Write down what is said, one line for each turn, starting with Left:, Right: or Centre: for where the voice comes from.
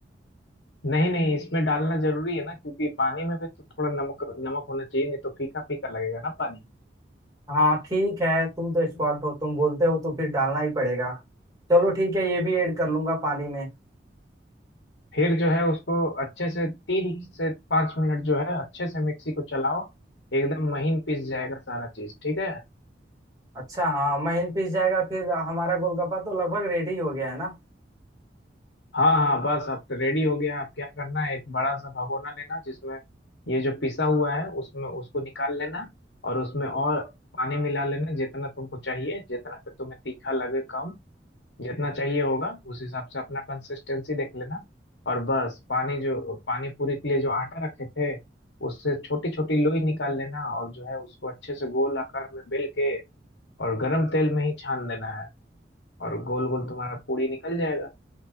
Left: नहीं नहीं इसमें डालना जरूरी है ना क्योंकि पानी में भी तो थोड़ा नमक नमक होना चाहिए नहीं तो फीका फीका लगेगा ना पानी
Right: हाँ ठीक है तुम तो एक्सपर्ट हो तुम बोलते हो तो फिर डालना ही पड़ेगा चलो ठीक है ये भी ऐड कर लूंगा पानी में
Left: फिर जो है उसको अच्छे से तीन से पाँच मिनट जो है अच्छे से मिक्सी को चलाओ एकदम महीन पीस जाएगा सारा चीज ठीक है
Right: अच्छा हाँ महीन पिस जाएगा फिर हमारा गोलगप्पा तो लगभग रेडी हो गया है ना
Left: हाँ हाँ बस अब तो रेडी हो गया अब क्या करना है एक बड़ा सा भगोना लेना जिसमें ये जो पिसा हुआ है उसमें उसको निकाल लेना और उसमें और पानी मिला लेना जितना तुमको चाहिए जितना पे तुम्हें तीखा लगे कम जितना चाहिए होगा उस हिसाब से अपना कंसिस्टेंसी देख लेना और बस पानी जो पानी पूरी के लिए जो आटा रखे थे उससे छोटी छोटी लोई निकाल लेना और जो है उसको अच्छे से गोल आकार में बेल के और गरम तेल में ही छान देना है और गोल गोल तुम्हारा पूरी निकल जाएगा